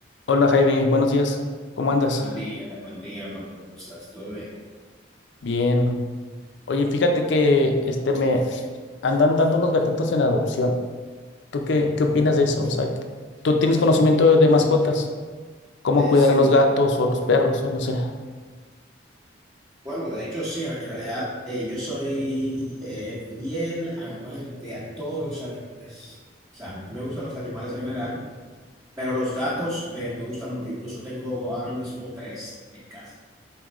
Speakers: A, on the left; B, on the right.
A: Hola Javi, buenos días, ¿cómo andas?
B: Buen día, buen día, Marco, ¿cómo estás? ¿Todo bien?
A: Bien. Oye, fíjate que este me andan dando unos gatitos en adopción. ¿Tú qué, qué opinas de eso? O sea, que- ¿tú tienes conocimiento de mascotas? ¿Cómo
B: Eh,
A: cuidar
B: sí,
A: a los gatos o los perros o no sé?
B: bueno, de hecho sí, en realidad eh, yo soy eh, fiel amante a todos los animales. O sea, me gustan los animales en general, pero los gatos eh, me gustan mucho. Incluso tengo ahora mismo tres en casa.